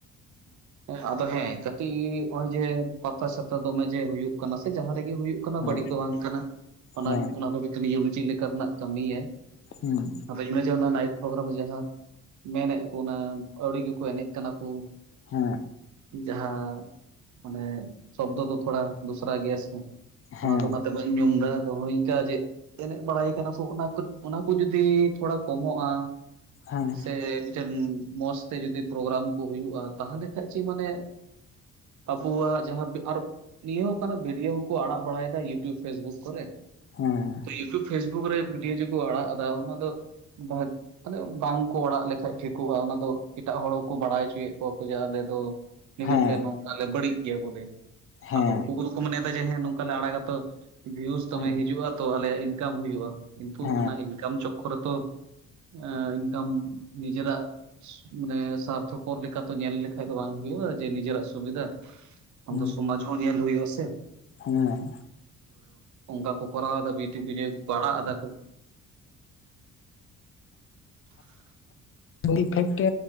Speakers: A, on the right; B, on the left.
A: <inaudible> ᱟᱫᱚ ᱦᱮᱸ <inaudible> ᱱᱚᱜᱼᱚᱭ ᱡᱮ ᱯᱟᱛᱟ ᱪᱷᱟᱛᱟ ᱫᱚᱢᱮ ᱡᱮ ᱦᱩᱭᱩᱜ ᱠᱟᱱᱟ ᱥᱮ ᱡᱟᱦᱟᱸ <inaudible> ᱦᱩᱭᱩᱜ ᱠᱟᱱᱟ
B: ᱦᱮᱸ
A: ᱵᱟᱹᱲᱤᱡ ᱫᱚ ᱵᱟᱝ ᱠᱟᱱᱟ ᱚᱱᱟ
B: ᱦᱮᱸ ᱦᱮᱸ
A: ᱫᱚ <inaudible> ᱞᱮᱠᱟᱱᱟᱜ ᱠᱟᱹᱢᱤᱟᱭ
B: ᱦᱩᱸ
A: <inaudible> ᱱᱟᱭ ᱯᱨᱳᱜᱨᱟᱢ ᱡᱟᱦᱟᱸ ᱢᱮᱱᱮᱫ ᱠᱚ ᱚᱱᱟ ᱟᱹᱣᱲᱤ ᱜᱮᱠᱚ ᱮᱱᱮᱡ ᱠᱟᱱᱟ ᱠᱚ
B: ᱦᱮᱸ
A: ᱡᱟᱦᱟᱸ ᱢᱟᱱᱮ ᱥᱚᱵᱫᱽᱚ ᱫᱚ ᱛᱷᱚᱲᱟ ᱫᱚᱥᱨᱟ ᱜᱮᱭᱟ ᱥᱮ
B: ᱦᱮᱸ
A: ᱚᱱᱟ ᱫᱚ ᱚᱱᱟᱛᱮ ᱵᱟᱹᱧ ᱧᱩᱢ ᱮᱫᱟ ᱟᱫᱚ ᱦᱚᱸᱜᱚᱭ ᱤᱱᱠᱟ ᱡᱮ ᱮᱱᱮᱡ ᱵᱟᱲᱟᱭ ᱠᱟᱱᱟ ᱠᱚ ᱚᱱᱟ ᱚᱱᱟ ᱠᱚ ᱡᱩᱫᱤ ᱛᱷᱚᱲᱟ ᱠᱚᱢᱚᱜᱼᱟ
B: ᱦᱮᱸ
A: ᱥᱮ ᱤᱱᱠᱟ ᱱ ᱢᱚᱸᱡᱽᱛᱮ ᱡᱩᱫᱤ ᱯᱨᱳᱜᱨᱟᱢ ᱠᱚ ᱦᱩᱭᱩᱜᱼᱟ ᱛᱟᱦᱟᱞᱮ ᱠᱷᱟᱱ ᱪᱮ ᱢᱟᱱᱮ ᱟᱵᱚᱣᱟᱜ ᱡᱟᱦᱟᱸ ᱟᱨ ᱱᱤᱭᱟᱹ ᱦᱚ ᱠᱟᱱᱟ ᱵᱷᱤᱰᱭᱳ ᱦᱚᱸᱠᱚ ᱟᱲᱟᱜ ᱵᱟᱲᱟᱭᱮᱫᱟ ᱤᱭᱩᱴᱩᱵᱽ ᱯᱷᱮᱥᱵᱩᱠ ᱠᱚᱨᱮ
B: ᱦᱮᱸ
A: ᱤᱭᱩᱴᱩᱵᱽ ᱯᱷᱮᱥᱵᱩᱠ ᱨᱮ ᱵᱷᱤᱰᱤᱭᱳ ᱡᱮ ᱠᱚ ᱟᱲᱟᱜ ᱮᱫᱟ ᱚᱱᱟ ᱫᱚ <inaudible> ᱵᱟᱝᱠᱚ ᱚᱲᱟᱜ ᱞᱮᱠᱷᱟᱡ ᱴᱷᱤᱠᱚᱜᱼᱟ ᱚᱱᱟ ᱫᱚ ᱮᱴᱟᱜ ᱦᱚᱲᱠᱚ ᱵᱟᱲᱟᱭ ᱦᱚᱪᱚᱭᱮᱫ ᱠᱚᱣᱟ ᱠᱚ ᱡᱮ ᱟᱞᱮ ᱫᱚ ᱱᱤᱱᱟᱹᱜ
B: ᱦᱮᱸ
A: ᱞᱮ ᱱᱚᱝᱠᱟ ᱞᱮ ᱵᱟᱹᱲᱤᱡ ᱜᱮᱭᱟ ᱵᱚᱞᱮ
B: ᱦᱮᱸ
A: ᱟᱫᱚ ᱱᱩᱠᱩ ᱠᱚᱫᱚ ᱠᱚ ᱢᱚᱱᱮ ᱮ ᱦᱮᱸ ᱱᱚᱝᱠᱟ ᱞᱮ ᱟᱲᱟᱜᱟᱛᱚ ᱵᱷᱤᱭᱩᱥ ᱫᱚᱢᱮ
B: ᱦᱮᱸ
A: ᱦᱤᱡᱩᱜᱼᱟ ᱛᱚ ᱟᱞᱮᱭᱟᱜ ᱤᱱᱠᱟᱢ ᱦᱩᱭᱩᱜᱼᱟ ᱠᱤᱱᱛᱩ
B: ᱦᱮᱸ
A: ᱚᱱᱟ ᱤᱱᱠᱟᱢ ᱪᱚᱠᱠᱷᱚᱨ ᱨᱮᱛᱚ ᱮ ᱤᱱᱠᱟᱢ ᱱᱤᱡᱮᱨᱟᱜ ᱢᱟᱱᱮ ᱥᱟᱨᱛᱷᱚᱯᱚᱨ ᱞᱮᱠᱟ ᱞᱮᱠᱟᱛᱮ ᱧᱮᱞ ᱞᱮᱠᱷᱟᱡ ᱫᱚ ᱵᱟᱝ ᱦᱩᱭᱩᱜᱼᱟ ᱡᱮ ᱱᱤᱡᱮᱨᱟᱜ ᱥᱩᱵᱤᱫᱷᱟ <inaudible>
B: ᱦᱮᱸ
A: ᱥᱚᱢᱟᱡ ᱦᱚᱸ ᱧᱮᱞ ᱦᱩᱭᱩᱜ ᱟᱥᱮ
B: ᱦᱮᱸ
A: ᱚᱱᱠᱟ ᱠᱚ ᱠᱚᱨᱟᱣ ᱮᱫᱟ ᱵᱤ ᱵᱤᱰᱤᱭᱳ ᱠᱚ ᱠᱚ ᱟᱲᱟᱜ ᱮᱫᱟ <unintelligible>
B: ᱰᱤᱯᱷᱮᱠᱴᱮ